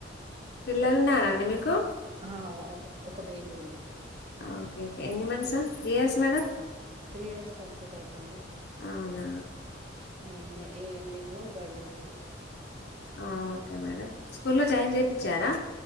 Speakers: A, on the left; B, on the right.
A: పిల్లలు ఉన్నారా అండి మీకు
B: ఆ ఒక ఒక బేబీ ఉంది
A: ఓకే ఓకే ఎన్ని months years madam
B: three years complete అయితాంది
A: అవునా
B: ఏ ఈ ఎండింగ్ లో బర్త్డే ఉంది
A: ఆ ఓకే మేడం స్కూల్లో జాయిన్ చేపిచ్చారా